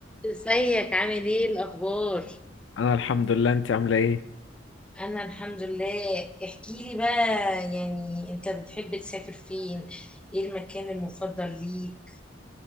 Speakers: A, in the centre; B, on the left.
A: ازيك عامل ايه الاخبار
B: انا الحمد لله انت عامله ايه
A: انا الحمد لله احكي لي بقى يعني انت بتحب تسافر فين ايه المكان المفضل ليك